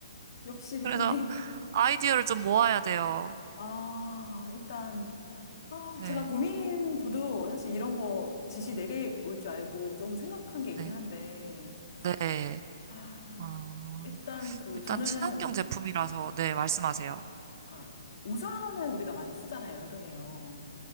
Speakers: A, on the left; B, on the right.
A: 역시 <laughs> 대표님.
B: 그래서 아이디어를 좀 모아야 돼요.
A: 아, 일단, 아,
B: 네,
A: 제가 고민, 저도 사실 이런 거 지시 내려올 줄 알고 조금 생각한 게 있긴
B: 네,
A: 한데,
B: 네.
A: 아,
B: 어,
A: 일단 그,
B: 일단
A: 저는,
B: 친환경 제품이라서, 네, 말씀하세요.
A: 그러니까, 우산을 우리가 많이 쓰잖아요, 여름에요.